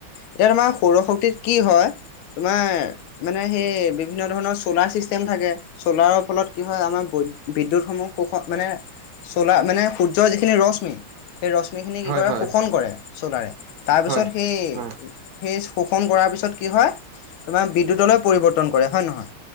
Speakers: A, on the left; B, on the right.
A: এতিয়া তোমাৰ সৌৰ শক্তিত কি হয় তোমাৰ মানে সেই বিভিন্ন ধৰণৰ চ'লাৰ ছিষ্টেম থাকে, চ'লাৰৰ ফলত কি হয় আমাৰ বৈ বিদ্যুৎ সমূহ সুখত মানে চলা ম ৰ যিখিনি ৰশ্মি সেই ৰশ্মিখিনি কি
B: হয়
A: কৰে
B: হয়
A: শোষণ কৰে চোলাৰে তাৰপিছত
B: হয়
A: সেই
B: হয়
A: সেই শোষণ কৰাৰ পিছত কি হয় তোমাৰ বিদ্যুতলৈ পৰিৱৰ্তন কৰে হয়ে নহয়।